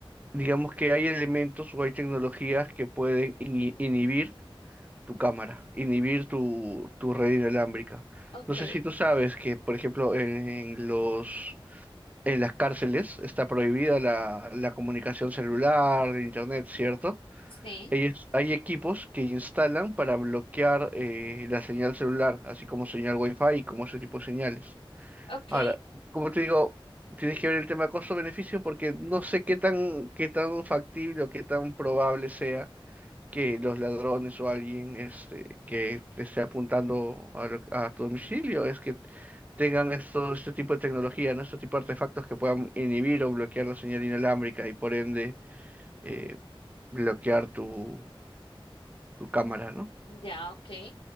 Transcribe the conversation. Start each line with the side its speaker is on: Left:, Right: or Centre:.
Right: digamos que hay elementos o hay tecnologías que pueden ini- inhibir tu cámara, inhibir tu, tu red inalámbrica.
Left: ok,
Right: No sé si tú sabes que, por ejemplo, en, en los, en las cárceles está prohibida la, la comunicación celular, internet, ¿cierto?
Left: sí,
Right: Ellos, hay equipos que instalan para bloquear eh, la señal celular, así como señal Wi-Fi y como ese tipo de señales.
Left: ok,
Right: Ahora, como te digo, tienes que ver el tema costo-beneficio porque no sé qué tan, qué tan factible o qué tan probable sea que los ladrones o alguien este, que te esté apuntando a, lo- a tu domicilio es que tengan esto, este tipo de tecnología, ¿no? Este tipo de artefactos que puedan inhibir o bloquear la señal inalámbrica y por ende eh, bloquear tu, tu cámara, ¿no?
Left: ya, ok.